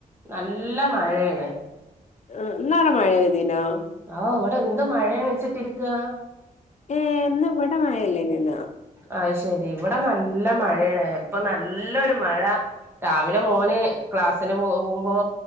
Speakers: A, on the right; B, on the left.
A: നല്ല മഴയാണ്.
B: ആഹ് ഇന്ന് അവിടെ മഴ പെയ്തിനോ?
A: ആവു ഇവിടെ എന്ത് മഴ എണിച്ചിട്ടിരികാ.
B: ഏ ഇന്ന് <unintelligible>
A: അഹ് ശരി ഇവിടെ നല്ല മഴയാണ് ഇപ്പൊ നല്ലൊരു മഴ രാവിലെ മോൻ ക്ലാസിന് പോകുമ്പോ.